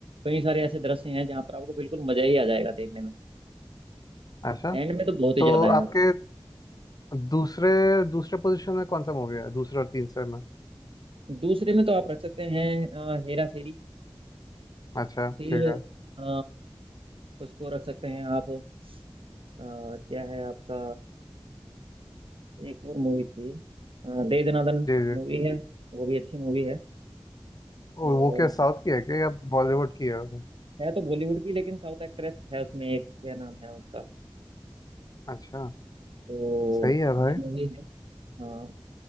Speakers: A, on the right (about 75°); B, on the left (about 45°).
A: कई सारे ऐसे दृश्य हैं जहाँ पर आपको बिल्कुल मजा ही आ जाएगा देखने में
B: अच्छा
A: एंड में तो बहुत ही
B: तो
A: ज्यादा
B: हाँ
A: है
B: आपके दूसरे दूसरे पोजीशन में कौन सा मूवी है दूसरे और तीसरे में
A: दूसरे में तो आप रख सकते हैं अ, हेरा फेरी
B: अच्छा
A: फिर
B: ठीक है
A: अ, उसको रख सकते हैं आप अ, क्या है आपका एक और मूवी थी अ, दे दनादन
B: जी जी
A: मूवी है वो भी अच्छी मूवी है
B: वो
A: और
B: वो क्या साउथ की है क्या या बॉलीवुड की है वो
A: है तो बॉलीवुड की लेकिन साउथ एक्ट्रेस है उसमें एक क्या नाम है उसका
B: अच्छा
A: तो
B: सही है भाई
A: ये मूवी है हाँ